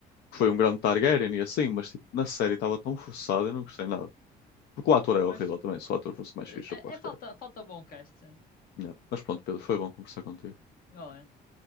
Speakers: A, on the left (about 75°); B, on the left (about 55°).
A: que foi um grande Targaryen e assim, mas tipo, na série estava tão forçado, eu não gostei nada. Porque o ator é horrível
B: Pois.
A: também, se o ator fosse mais
B: É,
A: fixe, eu aposto
B: é falta,
A: que era.
B: falta bom cast,
A: Yeah. Mas pronto, Pedro, foi bom conversar contigo.
B: sim.